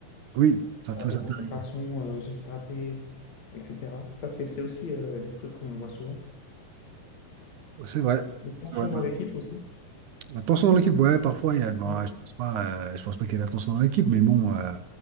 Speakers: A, on the right; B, on the left.
A: Oui, ça
B: perte
A: peut, ça
B: de concentration,
A: peut arriver.
B: euh, gestes ratés, etc. Ça, c'est c'est aussi euh, des trucs qu'on voit souvent.
A: Oh, C'est vrai.
B: Des tensions
A: C'est vrai.
B: dans
A: Ben,
B: l'équipe aussi.
A: La tension dans l'équipe, ouais, parfois, il y a, ben,
B: Euh,
A: je pense pas, euh, je pense pas qu'il y ait de la tension dans l'équipe, mais bon, euh,